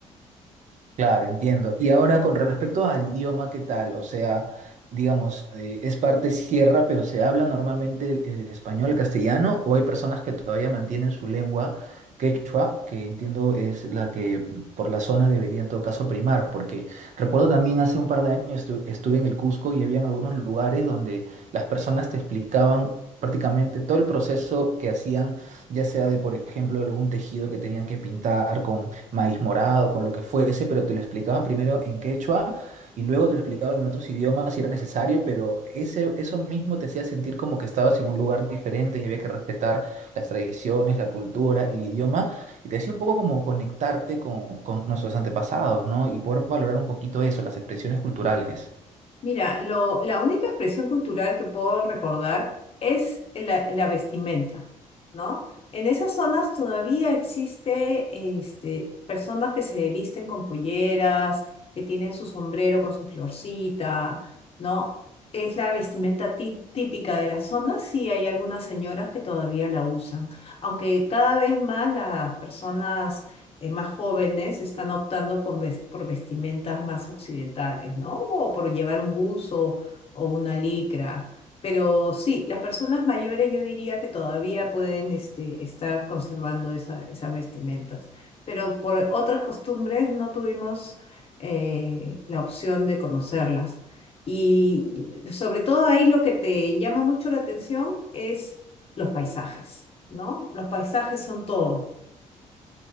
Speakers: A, on the right (about 55°); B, on the left (about 45°).
A: Claro, entiendo. Y ahora con respecto al idioma, ¿qué tal? O sea, digamos, eh, es parte sierra, pero ¿se habla normalmente el, el español, el castellano, o hay personas que todavía mantienen su lengua quechua, que entiendo es la que por la zona debería en todo caso primar? Porque recuerdo también hace un par de años estu- estuve en el Cusco y había algunos lugares donde las personas te explicaban prácticamente todo el proceso que hacían, ya sea de, por ejemplo, algún tejido que tenían que pintar maíz morado, con lo que fuese, pero te lo explicaban primero en quechua y luego te lo explicaban en otros idiomas si era necesario, pero ese, eso mismo te hacía sentir como que estabas en un lugar diferente y había que respetar las tradiciones, la cultura, el idioma, y te hacía un poco como conectarte con, con nuestros antepasados, ¿no? Y poder valorar un poquito eso, las expresiones culturales.
B: Mira, lo, la única expresión cultural que puedo recordar es la, la vestimenta, ¿no? En esas zonas todavía existe, este, personas que se visten con polleras, que tienen su sombrero con su florcita, ¿no? Es la vestimenta tí- típica de la zona, sí hay algunas señoras que todavía la usan, aunque cada vez más las personas eh, más jóvenes están optando con ves- por vestimentas más occidentales, ¿no? O por llevar un buzo o una licra. Pero sí, las personas mayores yo diría que todavía pueden este, estar conservando esa- esas vestimentas. Pero por otras costumbres no tuvimos eh, la opción de conocerlas. Y sobre todo ahí lo que te llama mucho la atención es los paisajes, ¿no? Los paisajes son todo.